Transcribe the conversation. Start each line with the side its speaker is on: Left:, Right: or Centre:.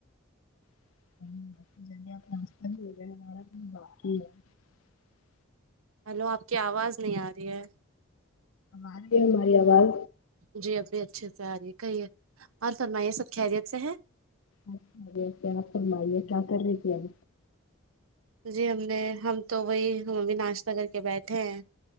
Left: <unintelligible> <unintelligible>
Right: ہلو آپ کی آواز نہیں آ رہی ہے
Left: آرہی ہے میری آواز
Right: جی اب بھی اچھے سے آ رہی ہے کہیے اور فرمائیے سب خیریت سے ہے
Left: اچگے کیا فرمائیے کیا کر رہی تھی ہم
Right: جی ہم نے ہم تو وہی ہم ابمی ناشتہ کر کے بیٹھے ہیں